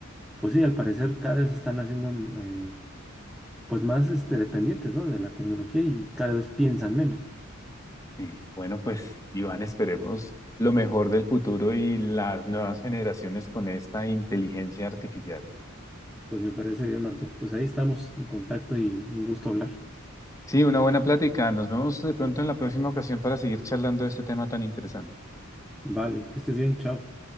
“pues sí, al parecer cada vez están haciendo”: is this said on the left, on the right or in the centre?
Centre